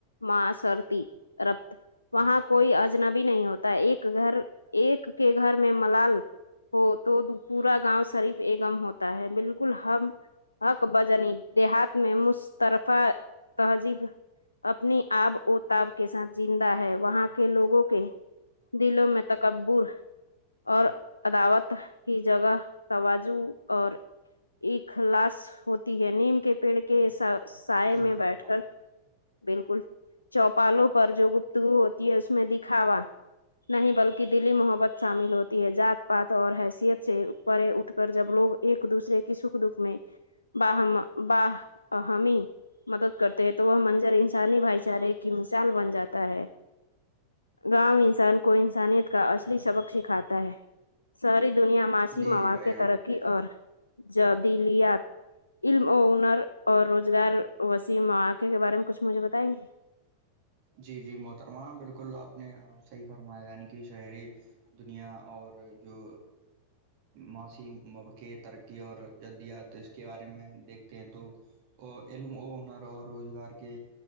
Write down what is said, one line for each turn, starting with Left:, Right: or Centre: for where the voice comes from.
Left: ما سرتی ربط وہاں کوئی اجنبی نہیں ہوتا ایک گھر ایک کے گھر میں ملال ہو تو پورا گاؤں صرف ای گم ہوتا ہے بالکل ہم ہک بجنی دیہات میں مسترفہ تہذیب اپنی آب اور تاب کے ساتھ زندہ ہے وہاں کے لوگوں کو کے دلوں میں تکبر اور اداوت کی جگہ توجو اور ایک ک لاش ہوتی ہے نیم کے پیڑ کے ایسا سائے
Right: بالکل
Left: میں
Right: بالکل
Left: بیٹھ
Right: محترم
Left: کر بالکل چوپالوں پر جو گپتگو ہوتی ہے اس میں دکھاوا نہیں بلکہ دلی محبت شامل ہوتی ہے جذات پات اور حیثیت سے پڑے اٹھ کر جب لوگ ایک دوسرے کی سکھ دکھ میں باہ باہ اہمی مدد کرتے ہیں تو وہ منظر انسانی بھائی چارے کی مثال بن جاتا ہے گاؤں انسان کو انسانیت کا اصلی سبق سکھاتا ہے شہری دنیا معاشی
Right: جی
Left: مواق
Right: جی بھائی جان
Left: ترقی اور جدیلیات علم و ہنر اور روزگار وسیع مواقع کے بارے میں کچھ مجھے بتائیں گے
Right: جی جی محترمہ بالکل آپ نے صحیح فرمایا یعنی کہ شہری دنیا اور جو معاشی مواقع ترقی اور جدیات اس کے بارے میں دیکھتے ہیں تو اور علم او ہنر اور روزگار کے